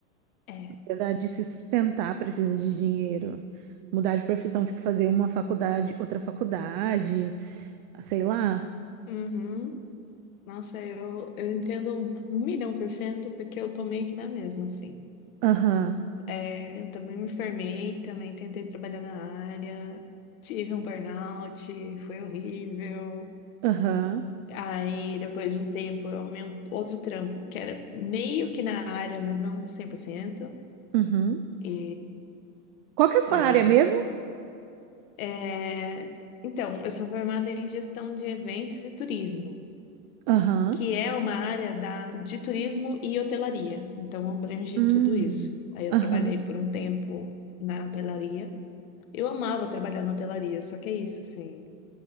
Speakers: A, on the left; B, on the right.
A: É.
B: Na verdade, De se sustentar precisa de dinheiro. Mudar de profissão, tipo, fazer uma faculdade, outra faculdade, ah, sei lá.
A: Uhum. Nossa, eu, eu entendo um milhão por cento porque eu tô meio que na mesma, assim.
B: Aham,
A: É, eu também me formei, também tentei trabalhar na área, tive um burnout, foi horrível.
B: aham,
A: Aí, depois de um tempo, eu arrumei um outro trampo que era meio que na área, mas não cem por cento
B: uhum.
A: E
B: Qual que é a sua
A: que
B: área
A: era.
B: mesmo?
A: é, Então, eu sou formada em gestão de eventos e turismo,
B: Aham,
A: que é uma área da... de turismo e hotelaria. Então, abrange
B: hum,
A: tudo isso. Aí, eu
B: aham,
A: trabalhei por um tempo na hotelaria. Eu amava trabalhar na hotelaria, só que é isso, assim.